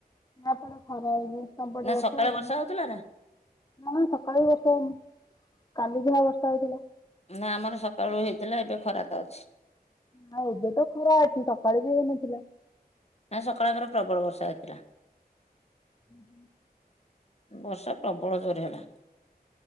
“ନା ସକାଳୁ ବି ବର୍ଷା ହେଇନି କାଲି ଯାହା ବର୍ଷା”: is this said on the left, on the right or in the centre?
Left